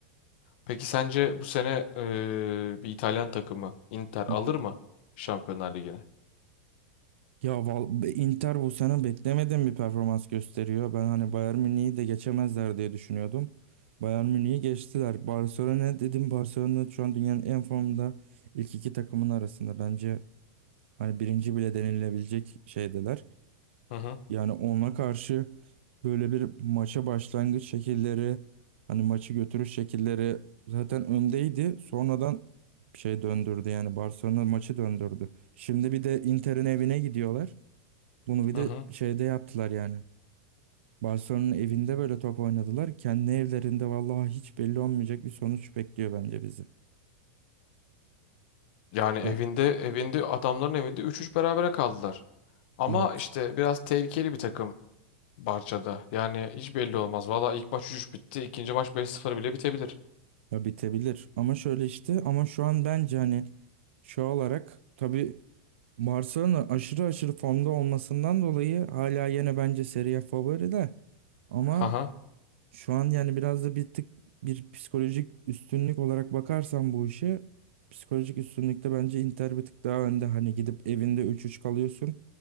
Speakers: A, on the left; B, on the right.
A: Peki sence bu sene eee, bir İtalyan takımı Inter alır
B: Hı hı.
A: mı Şampiyonlar Ligi'ne?
B: Ya val- be- Inter bu sene beklemediğim bir performans gösteriyor. Ben hani Bayern Münih'i de geçemezler diye düşünüyordum. Bayern Münih'i geçtiler. Barcelona dedim Barcelona şu an dünyanın en formda ilk iki takımın arasında. Bence hani birinci bile denilebilecek şeydeler.
A: Hı hı
B: Yani ona karşı böyle bir maça başlangıç şekilleri, hani maçı götürüş şekilleri zaten öndeydi. Sonradan şey döndürdü yani Barcelona maçı döndürdü. Şimdi bir de Inter'in evine gidiyorlar. Bunu bir
A: hı
B: de
A: hı.
B: şeyde yaptılar yani. Barcelona'nın evinde böyle top oynadılar. Kendi evlerinde vallahi hiç belli olmayacak bir sonuç bekliyor bence bizi.
A: Yani evinde
B: Ya,
A: evinde adamların evinde üç üç berabere kaldılar. Ama
B: evet.
A: işte biraz tehlikeli bir takım Barça'da. Yani hiç belli olmaz. Valla ilk maç üç 3 bitti. İkinci maç beş sıfır bile bitebilir.
B: Ya bitebilir. Ama şöyle işte ama şu an bence hani şu olarak tabii Barcelona aşırı aşırı formda olmasından dolayı hala yine bence Serie A favori de ama
A: Haha.
B: şu an yani biraz da bir tık bir psikolojik üstünlük olarak bakarsan bu işe psikolojik üstünlükte bence Inter bir tık daha önde hani gidip evinde üç üç kalıyorsun